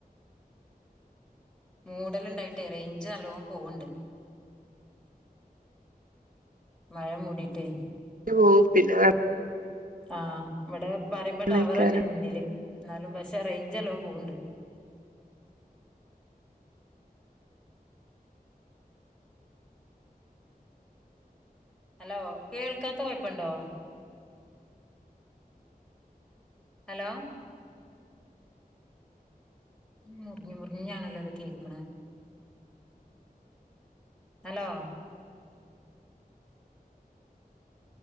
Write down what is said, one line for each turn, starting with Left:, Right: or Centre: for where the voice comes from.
Centre: മൂടലുണ്ടായിട്ട് റേഞ്ച് നല്ലോം പോവ്ണ്ട് മഴ മൂടിട്ടെ
Right: പോവും പിന്നെ
Centre: ആഹ് ഇവിടെ പറയുമ്പോ
Right: കെടക്കണം
Centre: ടവർ ഇണ്ട് മുന്നില് എന്നാലും പക്ഷെ റെയിഞ്ച് നല്ലോം പോവ്ണ്ട് ഹലോ കേൾക്കാത്ത കൊഴപ്പുണ്ടോ ഹലോ മുറിഞ്ഞഞ് മുറിഞ്ഞാണല്ലോ അത് കേക്കണെ ഹലോ